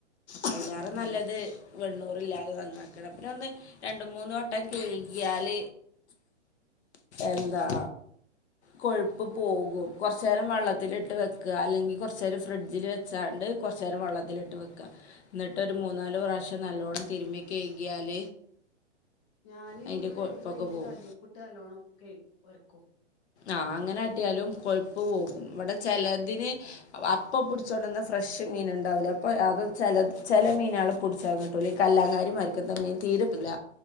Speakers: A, on the left; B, on the left.
A: ആയിലാറെ നല്ലത്
B: ഉം
A: വെണ്ണൂർയില്ലാതെ തന്നാ പി ഒന്ന് രണ്ടു മൂന്ന് വട്ടം കെഴുകിയാൽ എന്താ കൊഴുപ്പ് പോകും കൊറേചേരം വെള്ളത്തിലിട്ട് വെക്കാ അല്ലെങ്കിൽ കൊറേചേരം ഫ്രിഡ്ജിൽ വെ വച്ചാണ്ട് കൊറച്ചു നേരം വെള്ളത്തിലിട്ട് വെക്കാ ന്നട്ട് ഒരു മൂന്നാല് പ്രാവശ്യം നല്ലവോണ്ണം തിരുമ്മി കഴുകിയാൽ
B: ഞാന്
A: അതിൻ്റെ
B: ഇത്
A: കൊഴുപ്പൊക്കെ
B: ചെയ്ത് കഴിഞ്ഞിട്ട്
A: പോകും
B: കല്ലുപ്പിട്ട് നല്ലോണം കഴ് ഒരുക്കും
A: ആ അങ്ങനെ ആട്ടിയാലും കൊഴപ്പ് പോകും ഇവടെ ചെലതിന്
B: ആഹ്
A: അ ഇപ്പോൾ പിടിച്ചോണ്ടന്നാ ഫ്രഷ് മീൻ ഇണ്ടാവുല്ലേ അപ്പോ അത് ചെലത് ചെല മീനാൾ പുടിചാൻ കിട്ടൂലെ ഈ കല്ലാങ്കാരിമാരിക്ക് ക്ക്തെ മീൻ തീരെ കിട്ടുല